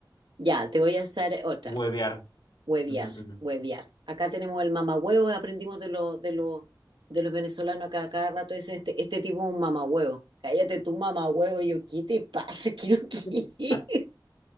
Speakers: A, on the right; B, on the left.
A: Ya, te voy a hacer otra,
B: huevear.
A: huevear,
B: Ujú, ujú.
A: huevear. Acá tenemos el mamahuevo, aprendimos de los de los de los venezolanos acá a cada rato, dicen este, este tipo es un mamahuevo. Cállate tú, mamahuevo, y yo, ¿qué te pasa? <laughs> ¿Qué lo que
B: <laughs>
A: es?